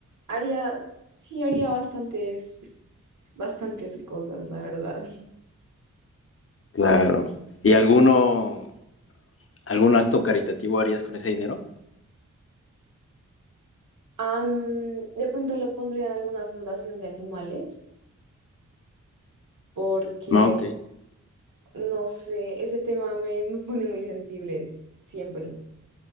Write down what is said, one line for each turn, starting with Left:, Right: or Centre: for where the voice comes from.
Right: Haría, sí, haría bastantes, bastantes cosas, la verdad.
Left: claro. ¿Y alguno, algún acto caritativo harías con ese dinero?
Right: Am, de pronto lo pondría en alguna fundación de animales porque
Left: No, ok.
Right: No sé, ese tema me, me pone muy sensible siempre.